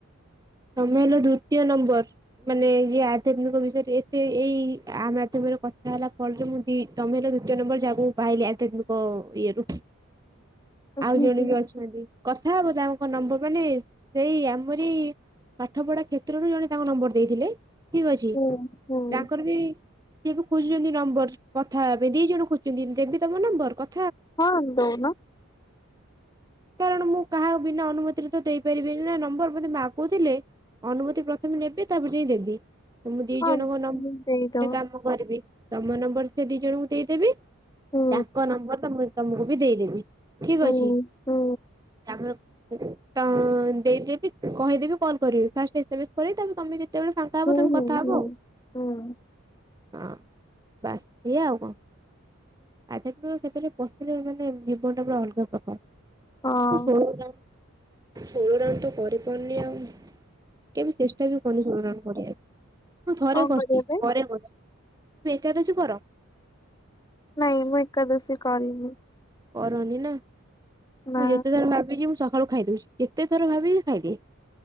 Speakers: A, on the right; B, on the left.
A: ତମେ ହେଲ ଦ୍ଵିତୀୟ ନମ୍ବର, ମାନେ ଯିଏ ଆଧ୍ୟାତ୍ମିକ ବିଷୟରେ ଏତେ ଏଇ ଆ ମାଧ୍ୟମରେ ମରେ କଥା ହେଲା ଫଳରେ ମୁଁ ଦି ତମେ ହେଲ ଦ୍ୱିତୀୟ ନମ୍ବର ଯାହାକୁ ମୁଁ ପାଇଲି ଆଧ୍ୟାତ୍ମିକ ଇଏରୁ।
B: ହୁଁ
A: ଆଉ
B: ହୁଁ
A: ଜଣେ ବି ଅଛନ୍ତି, କଥା ହବ ତାଙ୍କ ନମ୍ବର ମାନେ ସେଇ ଆମରି ପାଠପଢା କ୍ଷେତ୍ରରୁ ଜଣେ ତାଙ୍କ ନମ୍ବର ଦେଇଥିଲେ, ଠିକ ଅଛି।
B: ହୁଁ ହୁଁ
A: ତାଙ୍କର ବି ସିଏ ବି ଖୋଜୁଛନ୍ତି ନମ୍ବର କଥା ହେବାପାଇଁ। ଦି ଜଣ ଖୋଜୁଛନ୍ତି ଦେବି ତମ ନମ୍ବର? କ
B: ହଁ ଦଉନ।
A: କାରଣ ମୁଁ କାହା ବିନା ଅନୁମତିରେ ତ ଦେଇପାରିବିନି ନା ନମ୍ବର। ମତେ ମାପ କହୁଥିଲେ, ଅନୁମତି ପ୍ରଥମେ ନେବି ତାପରେ ଯାଇ ଦେବି। ତ ମୁଁ ଦି
B: ହଁ
A: ଜଣଙ୍କ ନମ୍ୱ ଗୋଟେ
B: ଦେଇଦବ।
A: କାମ କରିବି ତମ ନମ୍ବର ସେ ଦି ଜଣଙ୍କୁ ଦେଇଦେବି
B: ହୁଁ
A: ତାଙ୍କ ନମ୍ବର ତମ ତମକୁ ବି ଦେଇଦେବି। ଠିକ
B: ହଉ
A: ଅଛି
B: ହଉ।
A: ତାପରେ ତ ଦେଇଦେବି କହିଦେବି କଲ୍ କରିବେ। ଫାଷ୍ଟ ଏସେ ଏମ୍ ଏସ କରିବେ ତାପରେ ତମେ ଯଦି ଯେତେବେଳେ ଫାଙ୍କା ହବ
B: ହୁଁ
A: ତମେ
B: ହୁଁ
A: କଥା ହବ
B: ହୁଁ
A: ଆଉ।
B: ହୁଁ
A: ହଁ ବାସ୍ ଇଏ ଆଉ କଣ? ଆଧ୍ୟାତ୍ମିକ କ୍ଷେତ୍ରରେ ପଶିଲେ ମାନେ ଜୀବନଟା ପୁରା ଅଲଗା ପ୍ରକାର। ମୁଁ
B: ହଁ
A: ଷୋଳ ରାଉଣ୍ଡ୍ ଷୋଳ ରାଉଣ୍ଡ୍ ତ କରି କନି ଆଉ କେବେ ଚେଷ୍ଟା ବି କରିନି ସେଗୁଡ଼ାକ କରିବାକୁ। ମୁଁ ଥରେ
B: କଣ
A: କରିଚି
B: କରିବା ପାଇଁ?
A: ଥରେ କରିଚି ତୁ ଏକାଦଶୀ କର।
B: ନାଇଁ ମୁଁ ଏକାଦଶୀ କରିନି।
A: କରନି ନା
B: ନା।
A: ମୁଁ ଯେତେଥର ଭାବିଚି ମୁଁ ସ ଘରୁ ଖାଇ ଦଉଛି ଯେତେ ଥର ଭାବିଚି ଖାଇଦିଏ